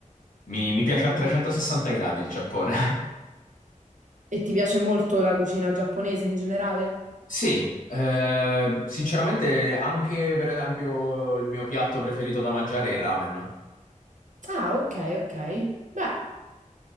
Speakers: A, on the left; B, on the right.
A: Mi, mi piace
B: Mm.
A: a 360 gradi il Giappone. <laughs>
B: E ti piace molto la cucina giapponese in generale?
A: Sì, eh, sinceramente anche per esempio il mio piatto preferito da mangiare è il ramen.
B: Ah, ok, ok. Beh,